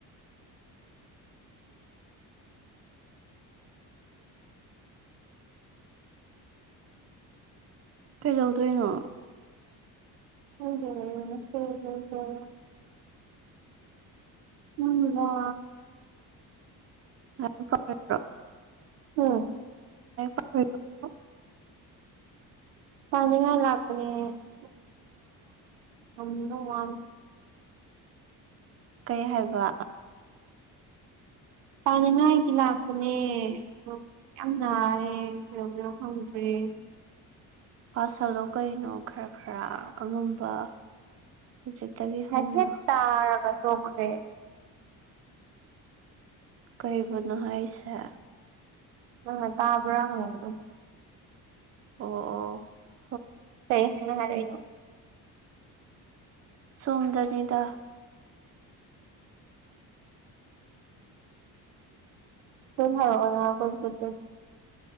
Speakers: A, on the right (about 30°); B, on the right (about 85°).
A: ꯀꯩꯗꯧꯗꯣꯏꯅꯣ
B: ꯎꯝ ꯎꯝ ꯂ
A: ꯑ ꯐꯔ꯭ꯔꯣ
B: ꯎꯝ
A: <unintelligible>
B: ꯀꯅ ꯂꯥꯛꯄꯅꯦꯦꯗꯤ ꯁꯗ ꯋꯥ
A: ꯀꯩ ꯍꯥꯏꯕ
B: ꯇꯥꯅꯤꯡꯉꯥꯏꯒꯤ ꯂꯥꯛꯄꯅꯦ ꯑ ꯌꯥꯝ ꯅꯥꯔꯦ ꯀꯩꯗꯧꯕꯔꯣ ꯈꯪꯗ꯭ꯔꯦ <unintelligible>
A: ꯄꯥꯁꯜꯗꯣ ꯀꯩꯅꯣ ꯈꯔ ꯈꯔ ꯑꯉꯝꯕ ꯍꯧꯖꯤꯛꯇꯒꯤ ꯍꯧꯅ
B: ꯍ ꯍꯦ ꯇ ꯇꯣꯛꯈꯔꯦ
A: ꯀꯩꯕꯨꯅꯣ ꯍꯥꯏꯁꯦ
B: ꯅꯪꯅ ꯇꯥꯕ꯭ꯔꯥꯅꯦꯕꯗꯣ
A: ꯑ ꯑ
B: ꯀꯩ ꯍꯥꯏꯅ ꯍꯥꯏꯔꯏꯅꯣ
A: ꯁꯣꯝꯗꯅꯤꯗ
B: ꯐꯝ ꯍꯥꯏ ꯑꯣꯅ ꯀꯣꯏ ꯆꯠ